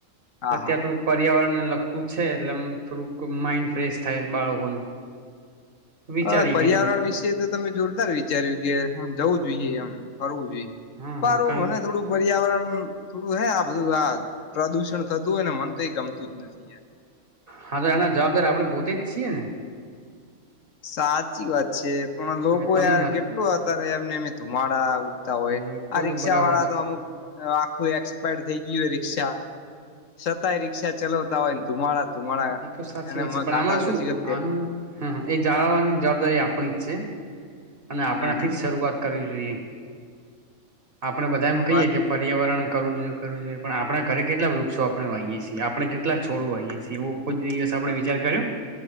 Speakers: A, on the left; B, on the right.
A: હા હા
B: ત્યાં થોડુંક પર્યાવરણ મતલબ પૂછે છે એટલે થોડું માઈન્ડ ફ્રેશ થાય બાળકોનું. વિચારી
A: હ પર્યાવરણ
B: કીધું
A: વિશે તો તમે જોરદાર વિચાર્યું કે આમ જવું જોઈએ એમ ફરવું.
B: હા
A: પારું
B: હા કારણ
A: મને થોડું પર્યાવરણ થોડું હે આ બધું આ પ્રદુષણ થતું હોય ને મન તો એ ગમતું જ નથી યાર.
B: હા તો એના જવાબદાર આપડે પોતે જ છીએ ને.
A: સાચી વાત છે પણ લોકો
B: કારણ કે તમને
A: યાર કેટલું અતારે એમને એમે ધુમાડ ડા ઉડતા હોય
B: લોકો
A: આ રી્ષા
B: તો બરાબર
A: વાળા તો અમુક આખું એક્સપાયર થઈ ગયું હોય શા છતાંય રિક્ષા ચલાવતા હોય ને ધુમાડા ધુમાડા
B: એ તો સાચી
A: એને
B: વાત
A: મ
B: છે પણ
A: કાટા
B: આમાં
A: તો
B: શું
A: શીખ
B: આનું હ એ જાળવાની જવાબદારી આપણી જ છે અને આપણાથી
A: હમ હમ
B: જ શરૂઆત કરવી જોઈએ. આપણે બધા એમ કહીયે
A: વાત
B: કે પર્યાવરણ કરું જોઈએ કરું જોઈએ પણ આપણા ઘરે કેટલા વૃક્ષો આપણે વાહીએ છીએ આપણે કેટલાક છોડો વાહીએ. સવો કો દિવસ આપણે વિચાર કર્યો